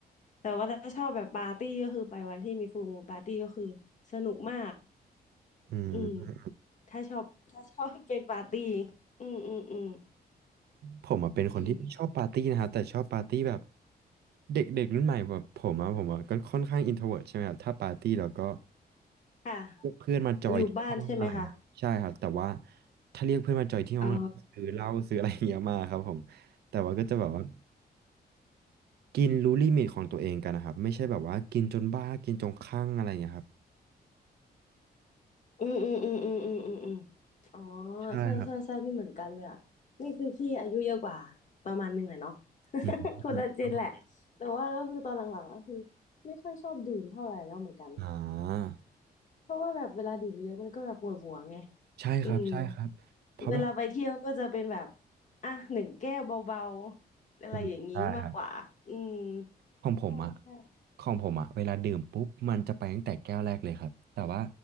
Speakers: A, on the left; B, on the right.
A: แต่ว่าถ้าชอบแบบปาร์ตี้ก็คือไปวันที่มีฟูลมูนปาร์ตี้ก็คือสนุกมาก
B: อื
A: อืม
B: ม
A: ถ้าชอบถ้าชอบเป็นปาร์ตี้อืมอืมอืม
B: ผมอ่ะเป็นคนที่ชอบปาร์ตี้นะครับแต่ชอบปาร์ตี้แบบ
A: <coughs>
B: เด็กเด็กรุ่นใหม่แบบผมอ่ะผมอ่ะก็ค่อนข้างอินโทรเวิร์ตใช่ไหมครับถ้าปาร์ตี้เราก็
A: ค่ะ
B: เรียกเพื่อนมาจอยที่ห้องอะไรนะใช่ครับแต่ว่า
A: อยู่บ้านใช่ไหมคะ
B: ถ้าเรียกเพื่อนมาจอยที่ห้องเราก็ซื้อเหล้าซื้ออะไรอย่างเงี้ยมาครับผม
A: อ๋อ
B: แต่ว่าก็จะแบบว่ากินรู้ลิมิตของตัวเองกันนะครับไม่ใช่แบบว่ากินจนบ้ากินจนคลั่งอะไรอย่างเงี้ยครับ
A: อืมอืมอืมอืมอืมอืมอืมอ๋อ
B: ใช่ครับ
A: ใช่ใช่ใช่นี่เหมือนกันเลยอ่ะนี่คือพี่อายุเยอะกว่าประมาณหนึ่งเลยเนาะ
B: อืม
A: <laughs> คนละเจนแหละ
B: ครับผม
A: แต่ว่าก็คือตอนหลังๆก็คือไม่ค่อยชอบดื่มเท่าไหร่แล้วเหมือนกัน
B: อ่า
A: เพราะว่าแบบเวลาดื่มเยอะมันก็แบบปวดหัวไง
B: ใช่ครับใช่ครับเพราะแบบ
A: อืมเวลาไปเที่ยวก็จะเป็นแบบอ่ะหนึ่งแก้วเบาๆอะไรอย่างนี้มากกว่าอืม
B: อืมได้ครับ ของผมอะ
A: ใช่ใช่
B: ของผมอะเวลาดื่มปุ๊บมันจะไปตั้งแต่แก้วแรกเลยครับแต่ว่า